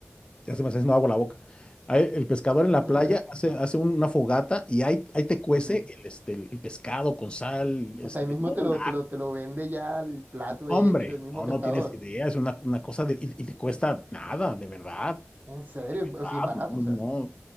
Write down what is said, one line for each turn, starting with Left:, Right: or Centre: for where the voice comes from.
Left: ya se me está haciendo agua la boca. ahí El pescador en la
Right: <laughs>
Left: playa hace, hace un- una fogata y ahí, ahí te cuece
Right: Ujú.
Left: el, este, el, el pescado con sal,
Right: O
Left: este,
Right: sea, ahí
Left: limón.
Right: mismo te lo,
Left: ¡Ah,
Right: te lo, te lo vende ya el plato
Left: hombre,
Right: hecho, el mismo
Left: no,
Right: pescador.
Left: no tienes idea, es una, una cosa de- y, y te cuesta nada, de verdad,
Right: En serio,
Left: de verdad,
Right: o sea, es barato,
Left: no, no,
Right: o sea,
Left: no.